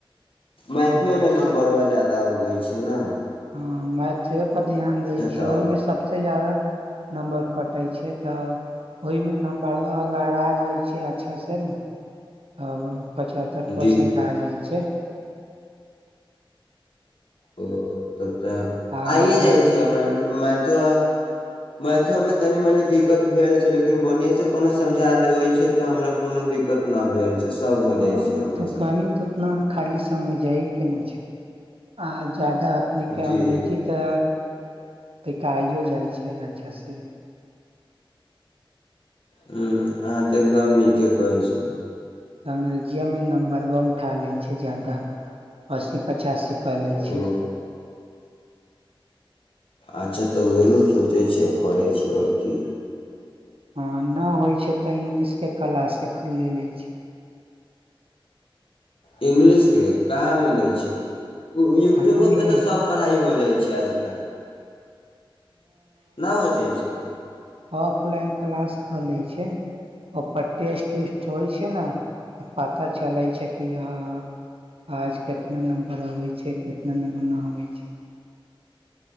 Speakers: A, on the left; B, on the right.
A: मैथिलीमे
B: हँ
A: नम्बर जादा उगै छै ना
B: हाँ मैथिले पर ध्यान देय छिय
A: तऽ
B: ओहिमे सबस ज्यादा नम्बर कटैय छै तऽ ओहिमे न बरह अगर आ जाइ छै अच्छासँ ने तब पचहत्तर परसेंट
A: जी
B: आ जाइ छै
A: ओ तब तऽ
B: आ
A: आइए
B: अपने
A: जाइ
B: के
A: छै हमरा मैथो मैथोमे तनी मनी दिक्कत भेल छै लेकिन बढ़िआसे कोनो समझा देबै छै तऽ हमरा कोनो दिक्कत न भेल छै सब हो
B: हँ
A: जाइ छै हमरा
B: तऽ
A: से
B: घनी तना खाली समय जाइ कि नहि छै आ ज्यादा अपने के
A: जी
B: अंग्रेजी त तऽ क आइयो जाइ छै अच्छासे
A: ह्म अहाँ तऽ एकदम नीके कहै छी
B: तऽ अंग्रेजियमे नम्बर व उठा लैत छै ज्यादा अस्सी पचासी क लै छै
A: ओ अच्छा तऽ ओएहल सोचै छी आ करैय छीयै आओर की
B: हाँ ना होइ छै तऽ इंग्लिशके क्लासे खले लै छै
A: इंगलिश के कहाँ मिले छै यूट्यूबो
B: कहाँ मिले
A: पे तऽ सब पढ़ाई होइ जाइ छै आजकल न हो जाइ छै की
B: ऑफलाइन क्लास खोलेय छै ओपर टेस्ट उस्ट होइ छै ने तऽ पता चलै छै कि आ आज कितना नम्बर अबै छै कितना नम्बर नहि अबै छै